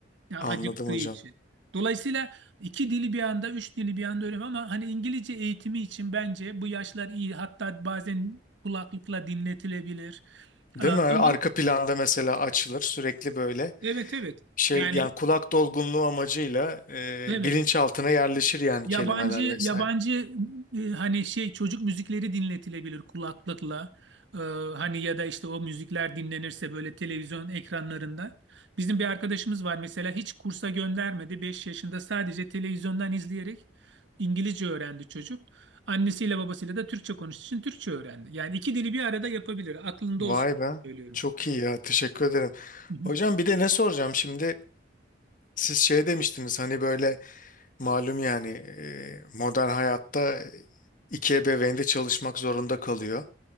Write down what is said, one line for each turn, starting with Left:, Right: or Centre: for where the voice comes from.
Right: Yani
Left: anladım
Right: acıktığı
Left: hocam.
Right: için. Dolayısıyla iki dili bir anda, üç dili bir anda öğrenmem ama hani İngilizce eğitimi için bence bu yaşlar iyi. Hatta bazen kulaklıkla dinletilebilir.
Left: Değil
Right: Aa,
Left: mi? Arka
Right: Ama
Left: planda mesela açılır sürekli böyle
Right: evet evet.
Left: şey
Right: Yani
Left: yani kulak dolgunluğu amacıyla e,
Right: evet.
Left: bilinçaltına yerleşir yani
Right: Yabancı
Left: kelimeler vesaire.
Right: yabancı e, hani şey çocuk müzikleri dinletilebilir kulaklıkla. Ee, hani ya da işte o müzikler dinlenirse böyle televizyon ekranlarında. Bizim bir arkadaşımız var mesela hiç kursa göndermedi. beş yaşında sadece televizyondan izleyerek İngilizce öğrendi çocuk. Annesiyle babasıyla da Türkçe konuştuğu için Türkçe öğrendi. Yani iki dili bir arada yapabilir. Aklında
Left: Vay
Right: olsun
Left: be.
Right: söylüyorum.
Left: Çok iyi ya teşekkür ederim.
Right: Hı hı.
Left: Hocam bir de ne soracağım şimdi? Siz şey demiştiniz hani böyle malum yani e, modern hayatta iki ebeveyn de çalışmak zorunda kalıyor.